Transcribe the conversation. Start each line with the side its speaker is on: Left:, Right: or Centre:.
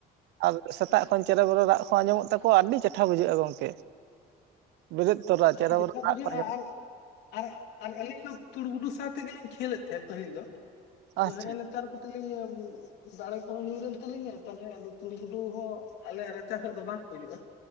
Right: ᱟᱨ ᱥᱮᱛᱟᱜ ᱠᱷᱚᱱ ᱪᱮᱨᱚ ᱵᱮᱨᱚ ᱨᱟᱜ ᱦᱚᱸ ᱟᱸᱡᱚᱢᱚᱜ ᱛᱟᱠᱚᱣᱟ ᱟᱹᱰᱤ ᱪᱮᱴᱷᱟ ᱵᱩᱡᱷᱟᱹᱜ-ᱟ ᱜᱚᱝᱠᱮ᱾ ᱵᱮᱨᱮᱫ ᱛᱚᱨᱟ
Left: ᱟᱹᱰᱤ
Right: ᱪᱮᱨᱚ
Left: ᱪᱮᱴᱷᱟ
Right: ᱵᱮᱨᱚ ᱠᱚᱣᱟ
Left: ᱵᱩᱡᱷᱟᱹᱜᱼᱟ ᱟᱨ ᱟᱨ ᱟᱨ ᱟᱹᱞᱤᱧ ᱫᱚ ᱛᱩᱲᱜᱩᱰᱩ ᱥᱟᱶᱛᱮᱜᱮᱞᱤᱧ ᱠᱷᱮᱞᱮᱫ ᱛᱟᱦᱮᱸᱫ ᱯᱟᱹᱦᱤᱞ ᱫᱚ ᱟᱫᱚ
Right: ᱟᱪᱪᱷᱟ
Left: ᱦᱮᱸ ᱱᱮᱛᱟᱨ <unintelligible> ᱫᱟᱲᱮ ᱠᱚᱦᱚᱸ ᱧᱩᱨᱮᱱ ᱛᱟᱹᱞᱤᱧᱟ ᱛᱟᱦᱚᱞᱮ ᱟᱫᱚ ᱛᱩᱲᱜᱩᱰᱩ ᱦᱚᱸ ᱟᱞᱮᱭᱟᱜ ᱨᱟᱪᱟ ᱥᱮᱫ ᱫᱚ ᱵᱟᱝ ᱠᱚ ᱦᱤᱡᱩᱜ-ᱟ᱾